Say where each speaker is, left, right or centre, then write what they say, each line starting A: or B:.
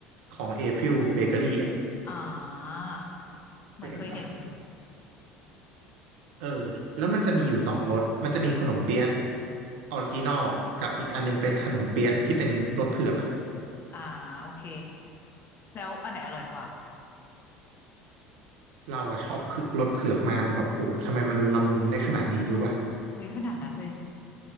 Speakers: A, on the right; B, on the left.
A: ของ April Bakery อ่ะ
B: อ่า เหมือนเคยเห็น
A: เคยเห็นป่ะเออแล้วมันจะมีอยู่สองรสมันจะมีขนมเปี๊ยะออริจินอลกับอีกอันหนึงเป็นขนมเปี๊ยะที่เป็นรสเผือกอะ
B: อ่าโอเค แล้วอันไหนอร่อยกว่า
A: เราอะชอบเผือกรสเผือกมากแบบโอ้โหทำไมมันละมุนได้ขนาดนี้รู้ป่ะ
B: เฮ้ยขนาดนั้นเลย